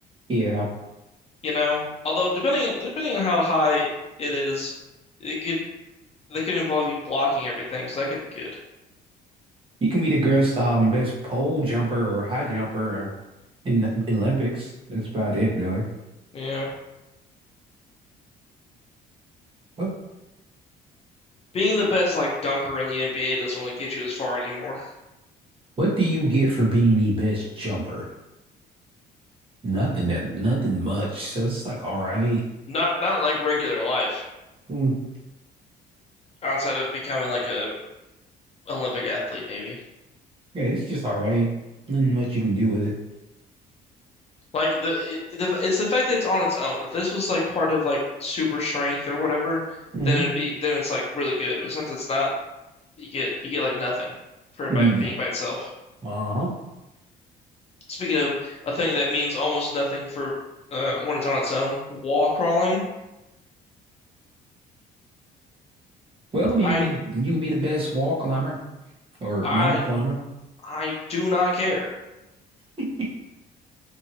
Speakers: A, on the right; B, on the left.
A: Yeah,
B: you know? Although depending on depending on how high it is, it could that could involve you blocking everything, so that could be good.
A: you can be the best, um, best pole jumper or high jumper or in the Olympics. That's about it, really.
B: Yeah.
A: What
B: Being the best like dunker in the NBA doesn't really get you as far anymore.
A: What do you get for being the best jumper? Nothing that nothing much. So it's like, all right.
B: Not not in, like regular life,
A: Hmm.
B: outside of becoming like a Olympic athlete maybe.
A: Yeah, it's just all right. Nothing much you can do with it.
B: Like the, it, the it's the fact that it's on its own. If this was like part of like super strength or whatever,
A: hmm
B: then it'd be then it's like really good. But since it's not, you get you get like nothing for it
A: Mm,
B: by
A: Yeah.
B: being by itself.
A: Uh-huh.
B: Speaking of a thing that means almost nothing for uh, when it's on its own, wall crawling.
A: Well, you
B: I
A: could be you could be the best wall climber or
B: I
A: mountain climber.
B: I do not care.
A: <laughs>